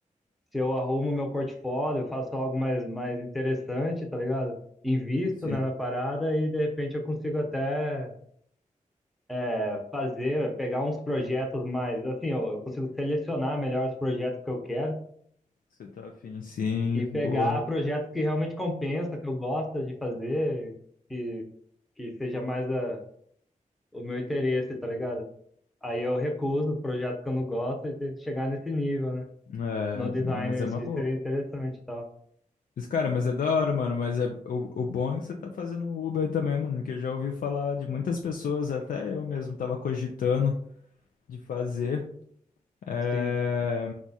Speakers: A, in the centre; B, on the left.
A: se eu arrumo meu portfólio, faço algo mais, mais interessante, tá ligado? Invisto,
B: Sim,
A: né, na parada e de repente eu consigo até é, fazer, pegar uns projetos mais, assim, eu, eu consigo selecionar melhor os projetos que eu quero
B: você tá afim, sim,
A: e pegar
B: boa.
A: projetos que realmente compensa, que eu gosto de fazer, que, que seja mais a, o meu interesse, tá ligado? Aí eu recuso os projetos que eu não gosto e tem que chegar nesse nível, né?
B: É,
A: No designer,
B: ah, mas é
A: isso
B: uma boa.
A: seria interessante e tal.
B: Mas, cara, mas é da hora, mano. Mas é, o, o bom é que você tá fazendo Uber também, mano. Que eu já ouvi falar de muitas pessoas, até eu mesmo tava cogitando de fazer. É,
A: Sim.